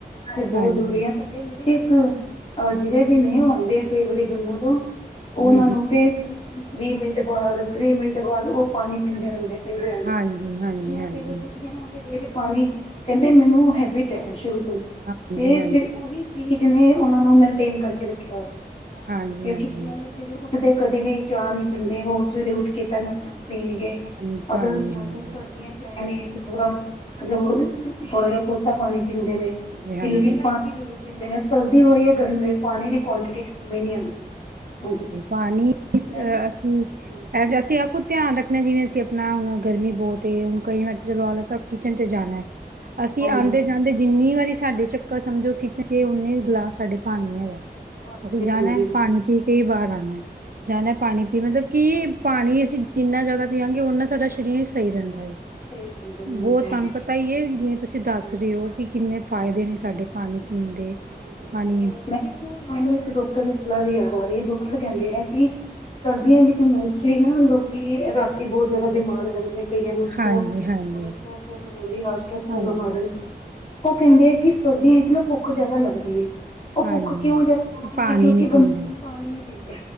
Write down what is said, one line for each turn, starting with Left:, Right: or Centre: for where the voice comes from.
Left: ਤੇ ਬਹੁਤ
Right: ਹਾਂਜੀ
Left: ਜ਼ਰੂਰੀ ਹੈ। ਸਾਡੇ ਮੇਰੇ ਇੱਕ ਅ ਜੀਜਾ ਜੀ ਨੇ ਆਉਂਦੇ ਆ ਕਈ ਵਾਰੀ ਜੰਮੂ ਤੋਂ ਉਹ
Right: ਹੂੰ,
Left: ਉਹਨਾਂ
Right: ਹੂੰ
Left: ਨੂੰ ਤੇ ਵੀਹ ਮਿੰਟ ਬਾਅਦ ਤੀਹ ਮਿੰਟ ਬਾਅਦ ਉਹ ਪਾਣੀ ਪੀਂਦੇ ਰਹਿੰਦੇ ਦਿਆਂਗੇ
Right: ਹਾਂਜੀ, ਹਾਂਜੀ,
Left: ਮੈਂ
Right: ਹਾਂਜੀ,
Left: ਕਈ ਵਾਰ ਪੁੱਛਦੀ ਨਾ ਤੇ ਪਾਣੀ ਕਹਿੰਦੇ ਮੈਨੂੰ ਹੈਬਿਟ ਹੈ ਸ਼ੁਰੂ ਤੋਂ ਹੀ
Right: ਹਾਂਜੀ,
Left: ਤੇ ਫਿਰ ਉਹੀ ਚੀਜ਼ ਨੇ ਉਹਨਾਂ ਨੂੰ ਮੈਨਟੇਨ ਕਰਕੇ ਰੱਖਿਆ ਹੋਇਆ
Right: ਹਾਂਜੀ,
Left: ਕਿਉਂਕਿ
Right: ਹਾਂਜੀ, ਹਾਂਜੀ
Left: ਉਹ ਨੇ ਦੇ ਕਦੇ ਵੀ ਚਾਹ ਨੀ ਪੀਂਦੇ ਹੋਣ ਸਵੇਰੇ ਉੱਠ ਕੇ ਪਹਿਲਾਂ ਪਾਣੀ ਪੀਣਗੇ
Right: ਪਾਣੀ ਪਾਣੀ,
Left: ਅਗਰ ਮੰਨ
Right: ਹਾਂਜੀ,
Left: ਲਓ ਸਰਦੀਆਂ ਚ ਆਏ ਨੇ ਤਾਂ ਥੋੜਾ ਮਤਲਬ ਉਹ ਥੋੜਾ ਜਿਹਾ ਕੋਸਾ ਪਾਣੀ ਪੀਂਦੇ ਨੇ
Right: ਜੀ,
Left: <unintelligible>
Right: ਹਾਂਜੀ,
Left: ਪੀਂਦੇ ਨੇ ਸਰਦੀ ਹੋਈ ਹੈ ਗਰਮੀ ਹੋਈ ਪਾਣੀ ਦੀ ਕੁਆਂਟਿਟੀ ਉਵੇਂ ਹਨ ਹਾਂਜੀ
Right: ਪਾਣੀ ਅਸੀਂ
Left: ਮੈਂ ਨਾ ਹਾਂਜੀ
Right: ਐ ਅਸੀਂ ਆ ਧਿਆਨ ਰੱਖਣਾ ਜਿਵੇਂ ਅਸੀਂ ਆਪਣਾ ਹੁਣ ਗਰਮੀ ਬਹੁਤ ਏ ਹੁਣ ਕਈ ਵਾਰ ਤਾਂ ਚਲੋ ਆ ਸਭ ਕਿਚਨ ਚ ਜਾਣਾ ਹੈ। ਅਸੀਂ
Left: ਹਾਂਜੀ
Right: ਆਉਂਦੇ ਜਾਂਦੇ ਜਿੰਨੀ ਵਾਰੀ ਸਾਡੇ ਚੱਕਰ ਸਮਝੋ ਕਿਚਨ ਚ ਉਨੇ ਗਲਾਸ ਸਾਡੇ ਪਾਣੀ ਹੈਗਾ
Left: ਪਾਣੀ
Right: ਅਸੀਂ
Left: ਦੀ
Right: ਜਾਣਾ
Left: ਪੀਂਦੀ
Right: ਪਨ ਪੀ ਕੇ ਹੀ ਬਾਹਰ ਆਉਣਾ ਜਾਂਣਾ ਪਾਣੀ ਪੀ ਕੀ ਪਾਣੀ ਅਸੀਂ ਜਿੰਨਾ ਜ਼ਿਆਦਾ ਪੀਆਗੇ ਉਨਾ ਸਾਡਾ ਸਰੀਰ ਸਹੀ ਰਹਿੰਦਾ ਏ
Left: ਸਹੀ ਰਹਿੰਦਾ
Right: ਉਹ ਤੁਹਾਨੂੰ
Left: ਹਾਂਜੀ।
Right: ਪਤਾ ਹੀ ਹੈ ਜਿਵੇਂ ਤੁਸੀਂ ਦੱਸ
Left: ਹਾਂਜੀ
Right: ਰਹੇ ਹੋ
Left: ਹਾਂਜੀ
Right: ਕਿ ਕਿੰਨੇ ਫਾਇਦੇ
Left: ਹਾਂਜੀ
Right: ਨੇ
Left: ਹਾਂਜੀ
Right: ਸਾਡੇ ਪਾਣੀ ਪੀਣ ਦੇ
Left: ਹਾਂਜੀ ਹਾਂਜੀ
Right: ਪਾਣੀ
Left: ਮੈਂ ਇੱਕ ਮੈਨੂੰ ਇੱਕ ਡੋਕਟਰ ਦੀ ਸਲਾਹ <unintelligible> ਡਾਕਟਰ ਕਹਿੰਦੇ ਹੈ ਕਿ ਸਰਦੀਆਂ ਵਿੱਚ ਮੋਸਟਲੀ ਨਾ ਲੋਕੀ ਰਾਤੀ ਬਹੁਤ ਜ਼ਿਆਦਾ ਬਿਮਾਰ ਹੋ ਜਾਂਦੇ ਨੇ ਕਈਆਂ ਨੂੰ ਉਹ
Right: ਹਾਂਜੀ ਹਾਂਜੀ
Left: ਮਤਲਬ ਸਟੋਕ ਪ੍ਰੋਬਲਮ ਆਉਂਦੀ ਸਟੋਕ ਪ੍ਰੋਬਲਮ
Right: ਹਾਂਜੀ
Left: ਆ ਜਾਏ। ਉਹ ਕਹਿੰਦੇ ਹੈ ਕਿ ਸਰਦੀਆਂ ਵਿੱਚ ਨਾ ਭੁੱਖ ਜ਼ਿਆਦਾ ਲੱਗਦੀ ਹੈ। ਉਹ
Right: ਹਾਂਜੀ
Left: ਭੁੱਖ ਕਿਉਂ ਜਾ ਕਰਦੀ
Right: ਪਾਣੀ
Left: ਹੈ ਕਿਉਂਕਿ
Right: ਨੀ
Left: ਬੰਦੇ
Right: ਪੀਂਦੇ
Left: ਪਾਣੀ ਨੀ ਪੀਂਦੇ।